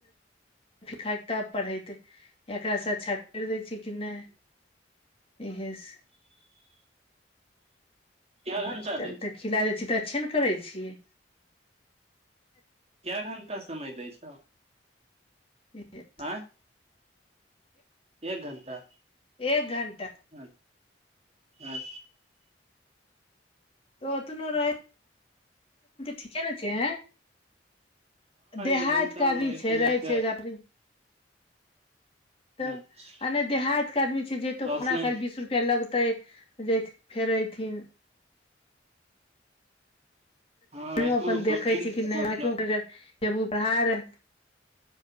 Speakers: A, on the left; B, on the right.
A: खाइके तब पढ़ेतै एकरासँ अच्छा करि दै छै कि नै <unintelligible> इहेस
B: कै
A: <unintelligible>
B: घंटा दै छै
A: खिलाय छियै तऽ अच्छे ने करै छियै
B: कए घण्टा समय दै छौ
A: <inaudible>
B: आँय एक घण्टा
A: एक घंटा
B: आय आय
A: ओतनो रहै ठीके ने छै आंय देहाइत
B: एक घंटा
A: के भी
B: मे एक
A: छै
B: हजार
A: रहै
B: के
A: छै <unintelligible> त
B: अच्छा
A: आ नहि देहात के आदमी छै जइतौ
B: उसने
A: सुतै लग तै जेथिन फेर अयथिन
B: हँ
A: हमँ
B: ऐसनो
A: अपन देखै
B: दू तीन
A: छी नहि
B: मतलब
A: आईयौउपहार